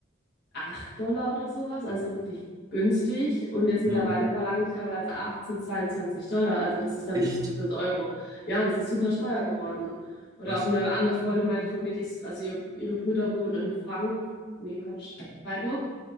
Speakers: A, on the left; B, on the right.
A: Acht Dollar oder sowas, also wirklich günstig. Und jetzt mittlerweile
B: Mhm.
A: verlangen die teilweise 18, 22 Dollar, also das ist dann
B: Echt
A: das Euro. Ja, und es ist super teuer geworden. Oder
B: krass.
A: auch eine andere Freundin meinte von mir, die ist, also ihr, ihre Brüder wohnen in Frank, nee, Quatsch, Freiburg.